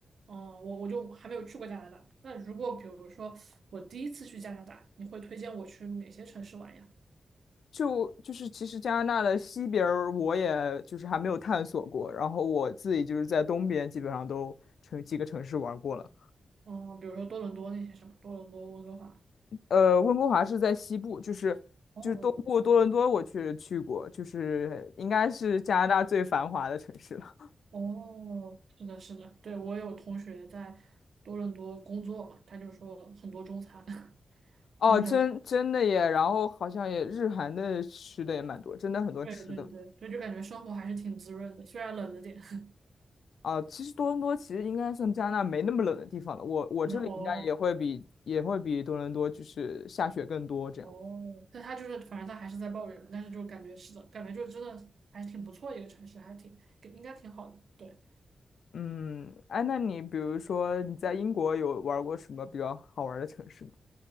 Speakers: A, on the right; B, on the left.
A: 嗯，我我就还没有去过加拿大。那如果比如说我第一次去加拿大，你会推荐我去哪些城市玩呀？
B: 就就是其实加拿大的西边儿我也就是还没有探索过，然后我自己就是在东边基本上都城几个城市玩过了。
A: 嗯，比如说多伦多那些什么，多伦多、温哥华。
B: 呃，温哥华是在西部，就是就是东部多伦多我去去过，
A: 哦哦
B: 就是应该是加拿大最繁华的城市了。
A: 哦，是的，是的，对，我有同学在多伦多工作嘛，他就说很多中餐。<laughs>
B: 哦，
A: 就是
B: 真真的耶，然后好像也日韩的吃的也蛮多，真的很多吃的。
A: 对对对，对，就感觉生活还是挺滋润的，虽然冷了点。<laughs>
B: 啊，其实多伦多其实应该算加拿大没那么冷的地方了，我我这里应该也会比也会比多伦多就是下雪更多这样。
A: 真的哦哦，但他就是，反正他还是在抱怨，但是就感觉是的，感觉就真的还挺不错一个城市，还挺给应该挺好的。对，
B: 嗯，哎，那你比如说你在英国有玩儿过什么比较好玩儿的城市吗？